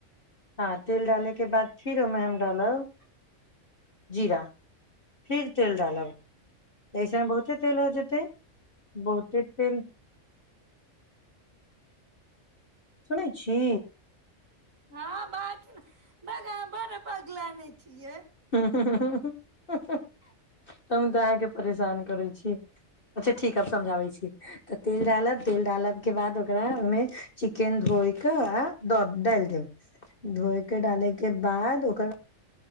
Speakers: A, on the left; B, on the right.
A: हँ तेल डाले के बाद फिर ओमे हम डालब जीरा फिर तेल डालब एहिऐसमे बहुते तेल हो जेतै बहुते तेल सुनै छी
B: हँ बात ने बा बड़ बगलाे ने छियै
A: हम तऽ अहाँके परेशान करै छी अच्छा ठीक ह समझाबै छी तऽ तेल डालब तेल डालब के बाद ओकरा ओहिमे चिकेन धोइ कऽ आ द डालि देब धोइके डाले के बाह दकरा